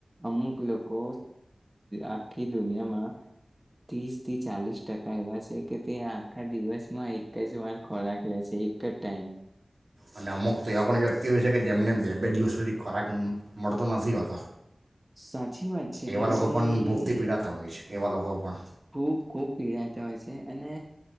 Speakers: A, on the right; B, on the right.
A: અમુક લોકો આખી દુનિયામાં ત્રીસ થી ચાલીસ ટકા એવા છે કે તે આખા દિવસમાં એક જ વાર ખોરાક લે છે, એક જ ટાઈમ
B: અને અમુક તો એ પણ વ્યક્તિ કે છે કે જેમને બે બે દિવસ સુધી ખોરાક મળતો નથી હોતો.
A: સાચી વાત છે
B: એવા
A: તેમની
B: લોકો પણ ભૂખથી પીડાતા હોય છે એવા લોકો પણ
A: ખૂબ ખૂબ પીડાતા હોય છે અને